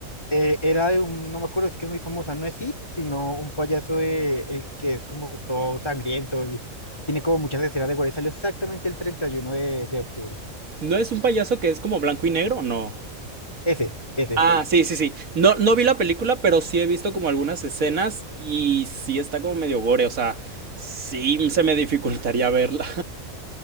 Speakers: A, on the left; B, on the right.
A: Eh, era de un, no me acuerdo, es que es muy famosa, no es It, sino un payaso de- el que es como todo sangriento y tiene como muchas escenas de gore. Salió exactamente el 31 de, de octubre.
B: ¿No es un payaso que es como blanco y negro? No.
A: Ese, ese.
B: Ah, sí, sí, sí. No, no vi la película, pero sí he visto como algunas escenas y sí está como medio gore, o sea, sí se me dificultaría verla.